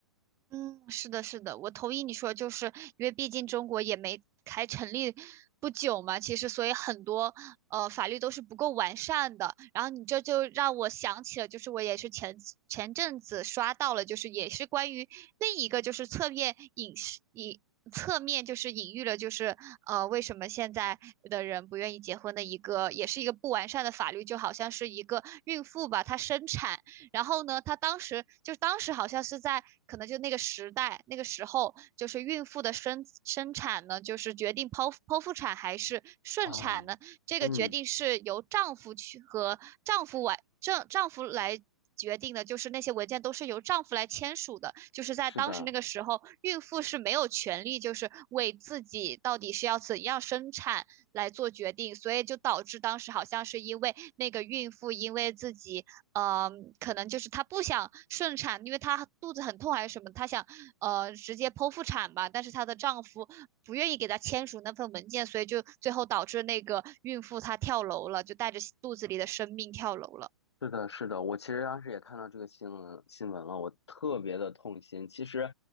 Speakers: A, on the right (about 20°); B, on the left (about 80°).
A: 嗯，是的，是的，我同意你说，就是因为毕竟中国也没才成立不久嘛，其实所以很多呃法律都是不够完善的。然后你这就让我想起了，就是我也是前前阵子刷到了，就是也是关于另一个就是侧面隐示隐侧面就是隐喻了，就是呃为什么现在的人不愿意结婚的一个，也是一个不完善的法律，就好像是一个孕妇吧，她生产。然后呢，她当时就当时好像是在可能就那个时代那个时候，就是孕妇的生生产呢，就是决定剖剖腹产还是顺产呢，
B: 啊，
A: 这个决定是由丈夫去和丈夫完丈丈夫来。
B: 嗯，
A: 决定的就是那些文件都是由丈夫来签署的，就是在当时那个时候，
B: 是的，
A: 孕妇是没有权利就是为自己到底是要怎样生产来做决定，所以就导致当时好像是因为那个孕妇因为自己呃，可能就是她不想顺产，因为她肚子很痛还是什么，她想呃直接剖腹产吧，但是她的丈夫不愿意给她签署那份文件，所以就最后导致那个孕妇她跳楼了，就带着肚子里的生命跳楼了。
B: 是的，是的，我其实当时也看到这个新闻新闻了，我特别的痛心。其实